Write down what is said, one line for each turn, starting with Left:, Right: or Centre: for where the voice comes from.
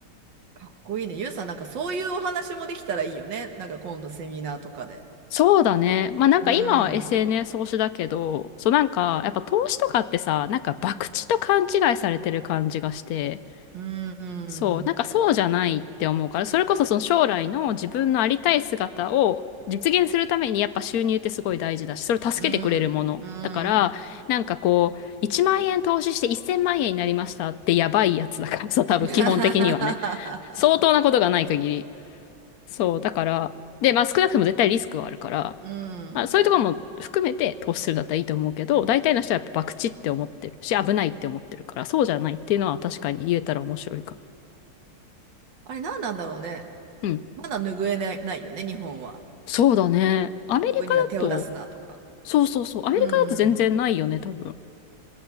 Right: かっこいいね。ゆうさん、なんかそういうお話もできたらいいよね。なんか今度セミナーとかで。
Left: そうだね。まあなんか今は
Right: う
Left: SNS
Right: ん。
Left: 投資だけど、そうなんかやっぱ投資とかってさ、なんか博打と勘違いされてる感じがして、
Right: うん。
Left: そう、なんかそうじゃないって思うから、それこそその将来の自分のありたい姿を実現するためにやっぱ収入ってすごい大事だし、それを助けてくれるもの。
Right: うん。うん。
Left: だから、なんかこう、1万円投資して1000万円になりましたってやばいやつだからさ、多分基本的にはね。
Right: <laughs>
Left: 相当なことがない限り。そう、だから、で、まあ少なくとも絶対リスクはあるから、
Right: うん。
Left: まあそういうところも含めて投資するんだったらいいと思うけど、大体の人はやっぱ博打って思ってるし、危ないって思ってるから、そうじゃないっていうのは確かに言えたら面白いか。
Right: あれ何なんだろうね。
Left: うん。
Right: まだ拭えない、ないよね、日本は。
Left: そうだね。アメリカだと、
Right: 株には手を出すなとか。
Left: そうそうそう、アメリカだと全然ないよね、
Right: うん。
Left: 多分。